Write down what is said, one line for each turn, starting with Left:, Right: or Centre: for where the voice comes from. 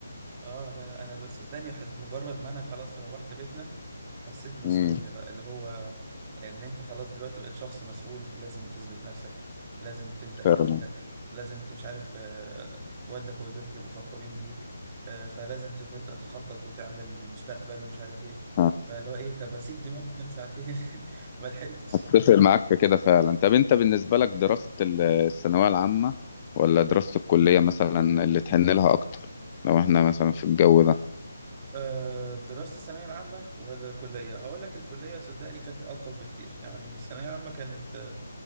Right: اه لا لا انا ب- صدقني حس- مجرد ما انا خلاص روحت بيتنا حسيت بمسؤولية
Left: امم
Right: بقى اللي هو ان انت خلاص دلوقتي بقيت شخص مسؤول لازم تثبت نفسك لازم تبدأ كاريرك
Left: فعلا
Right: لازم ت- مش عارف آه، والدك ووالدتك يبقوا فخورين بيك آه، فلازم ت- تبدأ تخطط وتعمل المستقبل ومش عارف ايه
Left: آه،
Right: فاللي هو ايه طب اسيب دماغي تنام ساعتين <laughs> ما لحقتش
Left: أتفق معاك في كده فعلا طب أنت بالنسبة لك دراسة ال- الثانوية العامة ولا دراسة الكلية مثلا اللي تحن لها أكتر لو إحنا مثلا في الجو ده
Right: آه، دراسة الثانوية العامة ولا كلية؟ هقول لك الكلية صدقني كانت ألطف بكتير، يعني الثانوية العامة كانت